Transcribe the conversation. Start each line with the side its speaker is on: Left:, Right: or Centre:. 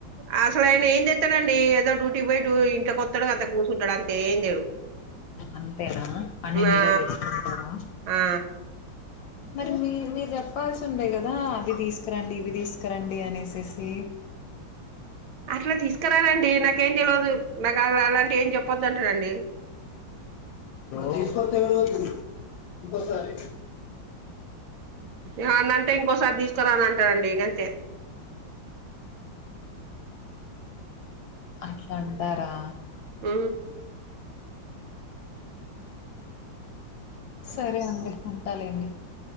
Right: ఆ అసలు ఆన ఏం తెస్తాడండి ఏదో డ్యూటీ పోయి ఇ ఇంటి కొత్తడుగా అంత కూర్చుంటాడు అంతే ఏం చెడు
Left: అంతేనా అన్ని మీరే
Right: ఆ
Left: తెచ్చుకుంటారా
Right: ఆ
Left: మరి మీ మీరు చెప్పాల్సి ఉండేయి కదా అవి తీసుకురండి ఇవి తీసుకురండి అనేసేసి
Right: అట్లా తీసుకురాలండి నాకేం చెలవదు నాకు అ అలాంటి ఏం చెప్పొద్దు అంటడండి
Left: తీసుకొత్తే ఎవడు ఇంకోసారి
Right: ఏమనంటే ఇంకోసారి తీసుకురాను అంటాదు అండి గంతే
Left: అట్లా అంటారా
Right: ఆ
Left: సరే అండి తాలెండి